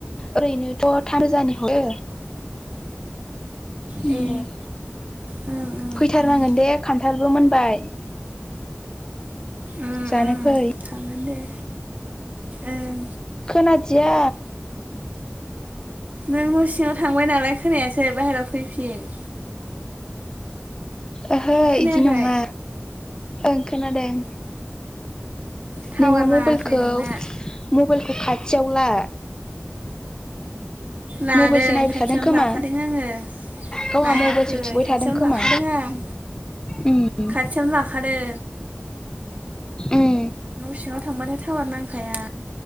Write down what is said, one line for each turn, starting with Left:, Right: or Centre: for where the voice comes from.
Left: ओरैनोथ' थाम रोजानि हरो। उम
Right: ए ओं ओं
Left: फैथारनांगोन
Right: ओं
Left: दे खान्थालबो मोनबाय।
Right: ओं
Left: जानो
Right: ओं
Left: फै।
Right: थांगोन दे ओं
Left: खोनादिया।
Right: नों न' सिङाव थांबाय नालाय खोनायासै बाहेरायाव फैफिन।
Left: ओहो
Right: खोनायाखै
Left: बिदि नङा ओं खोनादों।
Right: टावार
Left: नोङो
Right: नाङाखै
Left: मबाइलखौ
Right: नोंना
Left: मबाइलखौ खाथियाव ला।
Right: लादों
Left: मबाइलसो नायबाय
Right: खाथियावनो
Left: थादों खोमा
Right: लाखादों आङो।
Left: गावहा
Right: नायाखै
Left: मबाइलसो थुबाय
Right: खाथियावनो
Left: थादों खोमा
Right: लाखादों आं।
Left: उम
Right: खाथियावनो लाखादों।
Left: उम
Right: सिङाव थांबथाय टावार नांखाया।